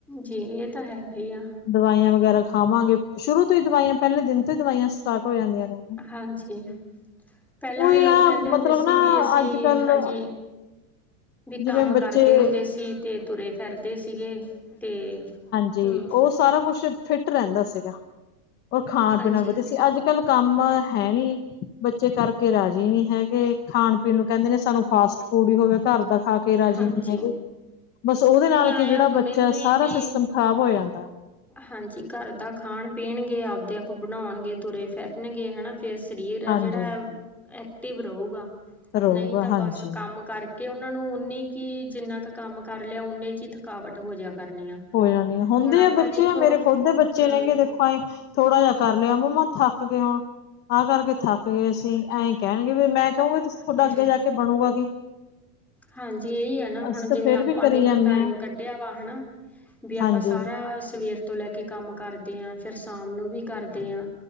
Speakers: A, in the centre; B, on the left.
A: ਜੀ, ਇਹ ਤਾਂ ਹੈਗਾ ਹੀ ਆ
B: ਦਵਾਈਆਂ ਵਗੈਰਾ ਖਾਵਾਂਗੇ, ਸ਼ੁਰੂ ਤੋਂ ਹੀ ਦਵਾਈਆਂ ਪਹਿਲੇ ਦਿਨ ਤੋਂ ਹੀ ਦਵਾਈਆਂ, ਸਟਾਟ ਹੋ ਜਾਂਦੀਆਂ ਨੇ।
A: ਹਾਂਜੀ। ਪਹਿਲਾਂ
B: ਉਹੀ
A: ਵਾਲੇ ਲੋਕਾ
B: ਆ
A: ਕਹਿੰਦੇ ਹੁੰਦੇ
B: ਮਤਲਬ
A: ਸੀ।
B: ਨਾ
A: ਵੀ ਅਸੀਂ
B: ਅੱਜ ਕੱਲ
A: ਹਾਂਜੀ ਵੀ
B: ਜਿਵੇਂ
A: ਕੰਮ
B: ਬੱਚੇ
A: ਕਰਦੇ ਹੁੰਦੇ ਸੀ। ਤੇ ਤੁਰੇ ਫਿਰਦੇ ਸੀਗੇ ਤੇ
B: ਜੀ,
A: ਹਮ
B: ਉਹ ਸਾਰਾ ਕੁਛ ਫਿਟ ਰਹਿੰਦਾ ਸੀਗਾ, ਉਹ ਖਾਣਾ
A: ਹਾਂਜੀ
B: -ਪੀਣਾ ਵਧੀਆ
A: ਹਾਂਜੀ
B: ਸੀ ਅੱਜ- ਕੱਲ ਕੰਮ ਹੈ ਨਈ, ਬੱਚੇ, ਕਰਕੇ ਰਾਜੀੀ ਨਹੀਂੀ ਹੈਗੇ, ਖਾਣ -ਪੀਣ ਨੂੰ ਕਹਿੰਦੇ ਨੇ, ਸਾਨੂੰ ਫਾਸਟ- ਫੂਡ ਹੀ ਹੋਵੇ ਘਰ ਦਾ ਖਾ ਕੇ ਕੇ ਰਾਜੀੀ
A: ਹਾਂਜੀ
B: ਨਹੀਂੀ ਹੈਗੇ, ਬਸ ਉਹਦੇ
A: ਨਹੀਂ
B: ਨਾਲ
A: ਆਇਆ
B: ਕੀ ਜਿਹੜਾ
A: ਹੁਣੇ
B: ਬੱਚਾ,
A: ਤੋਂ ਹੀ
B: ਸਾਰਾ
A: ਵੀ
B: ਸਿਸਟਮ ਖ਼ਰਾਬ ਹੋ ਜਾਂਦਾ
A: ਹਾਂਜੀ, ਘਰ ਦਾ ਖਾਣ -ਪੀਣਗੇ ਆਪਦੇ ਆਪ ਬਣਾਉਣਗੇ, ਤੁਰੇ ਫਿਰਨਗੇ ਹਨਾ ਫਿਰ ਸਰੀਰ
B: ਹਾਂਜੀ
A: ਐ ਜਿਹੜਾ, ਐਕਟਿਵ ਰਹੂਗਾ,
B: ਰਹੂਗਾ
A: ਨਹੀਂ ਤਾਂ
B: ਹਾਂਜੀ
A: ਬਸ ਕੰਮ ਕਰਕੇ ਕਿ ਉਹਨਾ ਨੂੰ ਓਨੀ ਕੀ ਜਿੰਨਾ ਕੁ ਕੰਮ ਕਰ ਲਿਆ ਓਨੇ ਚ ਹੀ ਥਕਾਵਟ ਹੋ ਜਿਆ ਕਰਨੀ ਆ।
B: ਹੋਈ ਜਾਣੀ ਆ ਹੁੰਦੇ
A: ਹੁਣ ਆਪਾਂ
B: ਆ ਬੱਚੇ
A: ਦੇਖੋ
B: ਆ ਮੇਰੇ
A: ਹਮ
B: ਖੁਦ ਦੇ ਬੱਚੇ ਨ ਗੇ ਦੇਖੋ। ਭਾਏ ਥੋੜਾ ਜਿਹਾ ਕਰ ਲਿਆ ਮੰਮਾ ਥੱਕ ਗਏ ਹੁਣ ਆਹ ਕਰਕੇ ਥੱਕ ਗਏ ਅਸੀਂ ਐ ਕਹਿਣਗੇ ਵੀ ਮੈਂ ਕਹੂੰਗੀ ਤੁਸੀਂ
A: ਹਾਂਜੀ
B: ਤੁਹਾਡਾ ਅੱਗੇ ਜਾ ਕੇ ਬਣੋਗਾ ਕੀ,
A: ਹਾਂਜੀ ਇਹੀ ਹੈ ਨਾ ਹੁਣ
B: ਅਸੀਂ ਤਾਂ
A: ਜਿਵੇਂ
B: ਫੇਰ
A: ਆਪਾਂ
B: ਵੀ ਕਰੀ
A: ਦੇਖੋ
B: ਜਾਂਦੇ
A: ਟਾਈਮ
B: ਹਾਂ
A: ਕੱਢਿਆ ਵਾ ਹਨਾ। ਵੀ
B: ਹਾਂਜੀ,
A: ਆਪਾਂ ਸਾਰਾ ਸਵੇਰ ਤੋਂ ਲੈ ਕੇ ਕੰਮ ਕਰਦੇ ਆ ਫਿਰ ਸ਼ਾਮ ਨੂੰ ਵੀ ਕਰਦੇ ਆ।